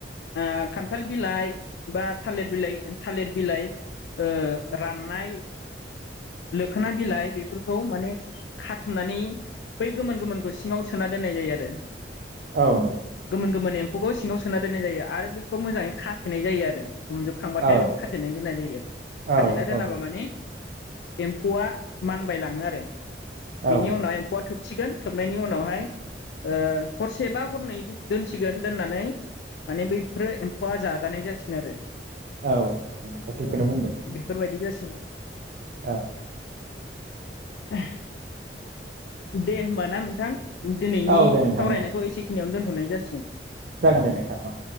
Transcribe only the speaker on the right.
औ नंगौ
औ
औ
औ
औ
औ <unintelligible>
थिखौनो बुंदो।
औ।
औ दे नोंथां
जागोन दे नोंथां औ।